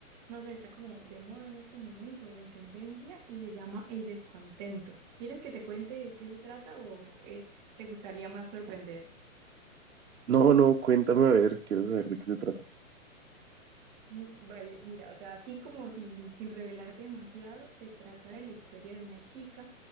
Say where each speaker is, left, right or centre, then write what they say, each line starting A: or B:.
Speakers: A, on the right; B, on the right.
A: no sé, está como de moda en este momento o en tendencia y se llama El descontento. ¿Quieres que te cuente de qué se trata o eh, te gustaría más sorprenderte?
B: No, no, cuéntame a ver, quiero saber de qué se trata.
A: Mm, Vale, mira, o sea, así como sin, sin revelarte demasiado, se trata de la historia de una chica